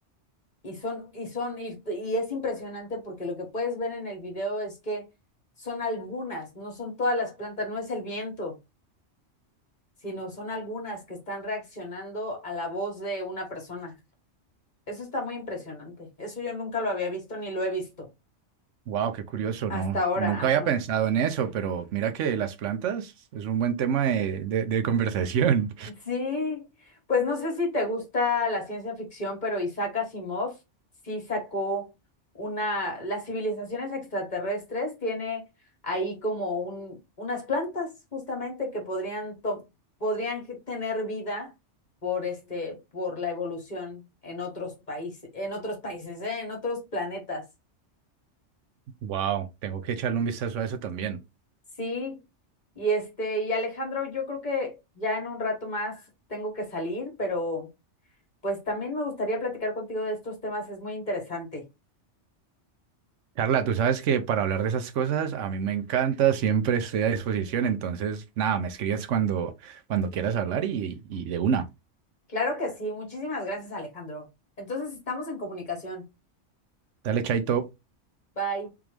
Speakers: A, on the left (about 40°); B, on the right (about 85°).
A: y son, y son, y, y es impresionante porque lo que puedes ver en el video es que son algunas, no son todas las plantas, no es el viento, sino son algunas que están reaccionando a la voz de una persona. Eso está muy impresionante. Eso yo nunca lo había visto ni lo he visto.
B: Wow, qué curioso,
A: Hasta
B: no,
A: ahora,
B: nunca
A: ajá.
B: había pensado en eso, pero mira que las plantas es un buen tema de, de- de conversación.
A: Sí, pues no sé si te gusta la ciencia ficción, pero Isaac Asimov sí sacó una, las civilizaciones extraterrestres tiene ahí como un, unas plantas justamente que podrían, to- podrían ge- tener vida por este, por la evolución en otros países, en otros países, ¿eh? En otros planetas.
B: <laughs> Wow, tengo que echarle un vistazo a eso también.
A: Sí, y este, y Alejandro, yo creo que ya en un rato más tengo que salir, pero Pues también me gustaría platicar contigo de estos temas, es muy interesante.
B: Carla, tú sabes que para hablar de esas cosas a mí me encanta, siempre estoy a disposición, entonces nada, me escribes cuando, cuando quieras hablar y, y de una.
A: Claro que sí. Muchísimas gracias, Alejandro. Entonces, estamos en comunicación.
B: Dale, chaito.
A: Bye.